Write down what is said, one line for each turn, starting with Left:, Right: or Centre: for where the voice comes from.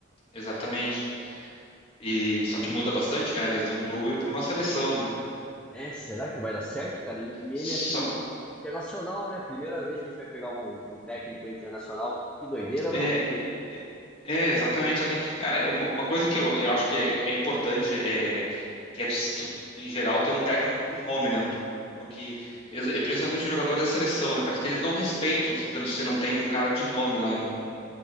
Left: Exatamente. E só que muda bastante, né? Às vezes de um clube para uma seleção, né?
Centre: É, será que vai dar certo, cara? E, e
Left: Só
Centre: ele, assim, internacional, né? Primeira vez que a gente vai pegar um, um técnico internacional. Que doideira, não?
Left: é,
Centre: Quem diria?
Left: é, é, exatamente. Só que, cara, é uma, uma coisa que eu, eu acho que é, é importante é que é tu, tu, em geral ter um técnico com nome, né? Um- porque eles- e principalmente os jogadores da seleção, né? Parece que eles não respeitam se você não tem um cara de nome lá, num,